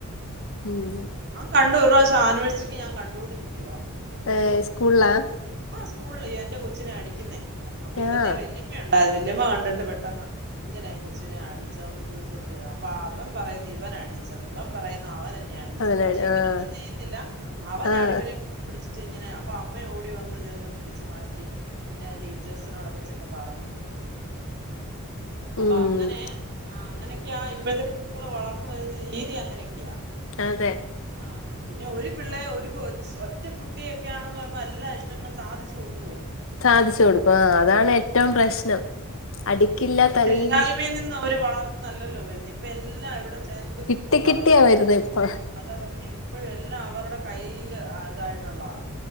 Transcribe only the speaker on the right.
പണ്ട് ഒരുപ്രാവശ്യം ആനുവേഴ്സറിക്ക് ഞാൻ കണ്ടോണ്ട് നിക്കുവാ
സ്ക്ലൂളില്ല് എന്റെ കൊച്ചിനെ അടിക്കുന്നേ അപ്പ
ഇവന്റെ വല്ലയമ്മയോ അത് വല്യമ്മ കണ്ടിട്ട് പെട്ടെന്ന് എന്തിന കൊച്ചിനെ അടിച്ചോന്ന് ചോദിച്ചോണ്ട് അപ്പൊ അവൻ പറയുന്നു ഇവൻ അടിച്ചന്ന് ഇവൻ പറയുന്നു അവൻ ആഅടിച്ചെന്ന് ടിച്ചന്ന്
പക്ഷെ ഇവനൊന്നും
ചെയ്യുന്നില്ല അവനാണ്
ഇവനെ കുത്തിപ്പിടിച്ച് ഇങ്ങനെ അപ്പൊ അമ്മ ഓടി വന്ന് ചെന്ന് പിടിച്ചു മാറ്റി പിന്നെ ടീച്ചേഴ്സിനോടൊക്കെ ചെന്ന് പറഞ്ഞ് അപ്പ
അങ്ങനെ ആഹ് അങ്ങനെയൊക്കെ ആ ഇപ്പോഴത്തെ കുട്ടികൾ വളർ ന്നു വരുന്ന രീതി അങ്ങനെയൊക്കെയാ
ആ പിന്നെ ഒരു പിള്ളെ ഒരു കൊച്ച് ഒറ്റ കുട്ടിയൊക്കെയാണെന്ന് പറയുമ്പോ എല്ലാ ഇഷ്ടങ്ങളും സാധിച്ചു കൊടു
ഇല്ലായ്മയിൽ നിന്ന് അവർ വളർന്നില്ല നല്ലല്ലോ വരുന്നേ ഇപ്പ എല്ലാം ഇവിടെ എന്തും
അവർക്ക്
പെട്ടെന്ന്
അതാ പറഞ്ഞ എപ്പോഴും എല്ലാം അവരുടെ കയ്യില് ആഹ് ഇതായിട്ടുള്ളതാ.